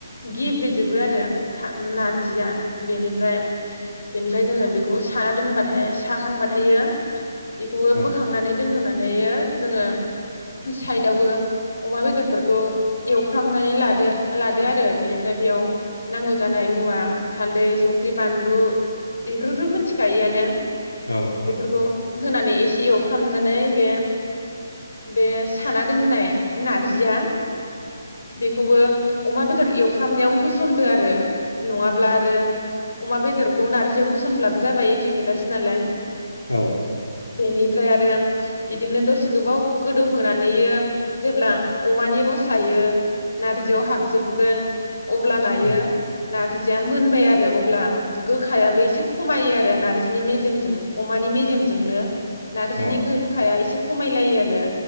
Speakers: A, on the left; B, on the left.
A: गेब्लेजोबो आरो नारजिया बेनिफ्राय बेनिफ्राय जोङो बेखौ साना दोनबाथाय साखांबाथायो बेखौबो
B: औ
A: बोखांनानै दोन <unintelligible> जोङो साइदावबो अमा‌ बेदरफोर खौ एवफ्रामनानै लादो लादो आरो बेनिफ्राय बेयाव नांगौ जानाय मुवा हालदै संख्रि बानलु बेफोरखौथ' मिथिखायोआनो
B: औ
A: बेफोरखौ
B: औ
A: होनानै एसे एवफ्रामनानै बे बे साना दोननाय नारजिया बेखौबो अमा बेदर एवफ्रामनायाव होसनदो आरो नङाब्ला आरो अमा बेदरखौ नारजियाव होसनब्लाबो जाबाय एखे खोथासो नालाय
B: औ
A: बेनिफ्राय आरो बिदिनो दसे गोबाव गोदौहोनानै जेब्ला अमानि रस सायो नारजियाव हाबजोबगोन अब्ला नायो
B: उम
A: नारजिया मोनबाय आरो अब्ला गोखायाबो एसे खमायो आरो नारजिनि मेजेमजों अमानि मेजेमजोंनो नारजिनि
B: औ
A: गोखाया एसे खमायलायो आरो